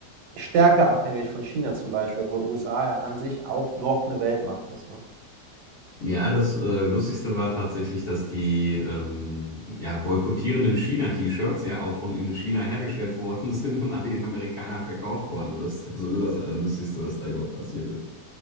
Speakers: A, on the right (about 85°); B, on the left (about 65°).
A: stärker abhängig von China zum Beispiel, obwohl USA ja an sich auch noch eine Weltmacht ist, ne?
B: Ja, das äh, Lustigste war tatsächlich, dass die ähm, ja, boykottierenden China-T-Shirts ja auch von in China hergestellt worden <laughs> sind und an die Amerikaner verkauft worden. Also das ist ja sowieso das Allerlustigste, was da überhaupt passiert ist.